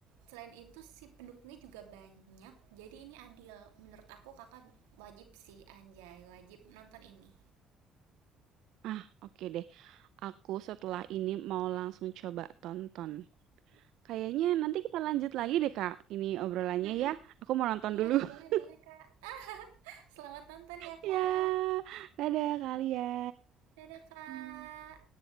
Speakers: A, on the right; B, on the right.
A: selain itu si pendukungnya juga banyak jadi ini adil menurut aku kakak wajib sih anjay wajib nonton ini
B: Ah, oke deh. Aku setelah ini mau langsung coba tonton. Kayaknya nanti kita lanjut lagi deh, Kak, ini obrolannya
A: Mm-mm.
B: ya. Aku mau nonton
A: Iya,
B: dulu. <laughs>
A: boleh boleh Kak. Selamat nonton ya Kak.
B: Ya, dadah Kak Lia.
A: Dadah Kak.
B: Hmm.